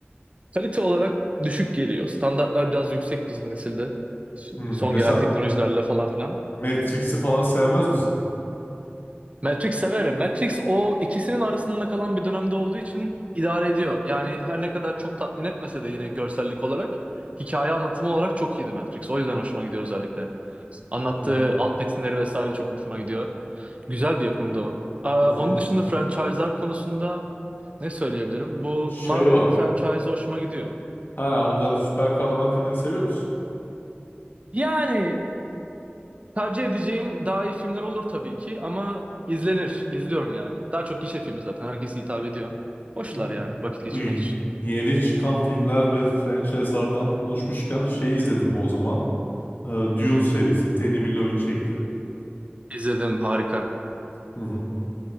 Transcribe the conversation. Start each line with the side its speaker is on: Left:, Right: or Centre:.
Right: kalite olarak düşük geliyor. Standartlar biraz yüksek bizim nesilde. S-
Left: hı.
Right: Son
Left: Mesela
Right: gelen teknolojilerle falan filan.
Left: Matrix'i falan sevmez misin?
Right: Matrix severim. Matrix o ikisinin arasında kalan bir dönemde olduğu için idare ediyor. Yani her ne kadar çok tatmin etmese de yine görsellik olarak hikaye anlatımı olarak çok iyiydi Matrix. O yüzden hoşuma gidiyor özellikle. Anlattığı
Left: Hı.
Right: alt metinleri vesaire çok hoşuma gidiyor. Güzel bir yapımdı o. Aa,
Left: Peki
Right: onun dışında franchise'lar konusunda Ne söyleyebilirim? Bu
Left: şey
Right: Marvel'ın
Left: var.
Right: franchise hoşuma gidiyor.
Left: Ha onları süper kahraman filmleri seviyor musun?
Right: Yani tercih edeceğim daha iyi filmler olur tabii ki ama izlenir, izliyorum yani. Daha çok gişe filmi zaten herkese hitap ediyor. Hoşlar
Left: Hı hı.
Right: yani vakit geçirmek
Left: Bu y-
Right: için.
Left: yeni çıkan filmler ve franchise'lardan konuşmuşken şey izledim o zaman. Ee, Dune serisi. Denis Villeneuve çekti.
Right: İzledim harika.
Left: Hı hı.